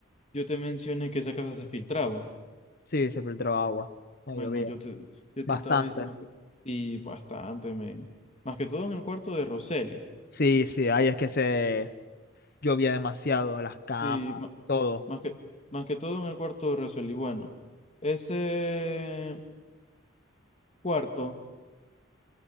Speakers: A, on the left (about 30°); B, on the left (about 45°).
A: yo te mencioné que esa casa se filtraba.
B: Sí, se filtró agua. No
A: Bueno,
B: llovía.
A: yo te, yo
B: Bastante.
A: te estaba diciendo que... Y bastante, men. Más que todo en el cuarto de Roseli.
B: Sí, sí, ahí es que se llovía demasiado, las
A: Sí,
B: camas,
A: ma-
B: todo.
A: más que, más que todo en el cuarto de Rosel. Y bueno, ese cuarto